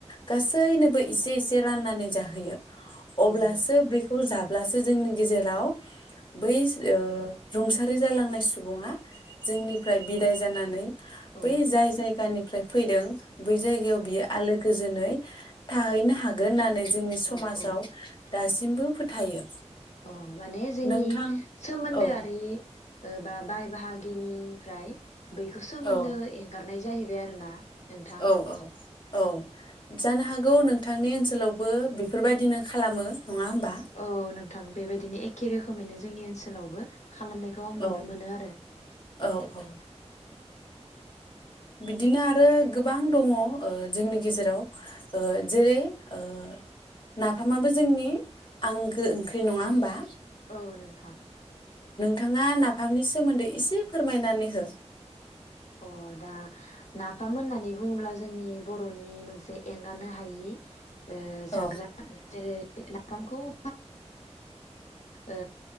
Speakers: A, on the left; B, on the left.
A: गासैनोबो इसे एसे राननानै जाहोयो
B: औ
A: अब्लासो
B: नोंथां
A: बेखौ जाग अब्लासो जोंनि गेजेराव बै ओ रुंसारि जालांनाय सुबुङा जोंनिफ्राय बिदाय जानानै
B: औ
A: बै जाय जाय गानिफ्राय फैदों बै जायगायाव बियो आलो गोजोनै थाहैनो हागोन होननानै जोंनि समाजाव
B: औ औ
A: दासिमबो फोथायो
B: अ माने जोंनि
A: नोंथां
B: सोमोन्दोआरि
A: औ
B: ओ बा बाय बाहागि गिनिफ्राय बैखौ सोमोन्दो
A: औ
B: एंगारनाय जाहैबाय आरोना नोंथां
A: औ औ औ जानो हागौ नोंथांनि ओनसोलावबो बेफोरबायदिनो खालामो नङा होमबा
B: औ नोंथां बेबायदिनो एखे रोखो खोमैनो जोंनि ओनसोलावबो खालामनायखौ आं
A: औ
B: नुनो मोनो आरो
A: औ औ बिदिनो आरो गोबां दङ ओ जोंनि गेजेराव ओ जेरै ओ नाफामाबो जोंनि आंगो ओंख्रि नङा होमबा?
B: औ नोंथां
A: नोङा नाफामनि सोमोनदै इसे फोरमायनानै हो
B: अ दा नाफाम होननानै बुङोब्ला जोंनि बर'नि मोनसे एंगानो हा हायि ओ जाग्रा
A: औ
B: जेरै <unintelligible> नाफामखौ <unintelligible> ओ